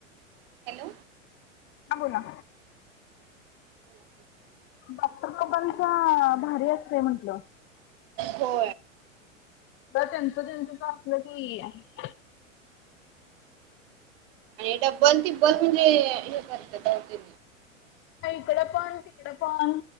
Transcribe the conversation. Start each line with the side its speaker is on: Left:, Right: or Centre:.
Right: हॅलो
Left: हां बोला
Right: ह
Left: डॉक्टर लोकांचं भारी असतेय म्हंटलं
Right: हो
Left: ब त्यांचं त्यांचं कलंच आहे
Right: आणि डब्बल तिब्बल म्हणजे हे करतते
Left: इकडे पण तिकड पण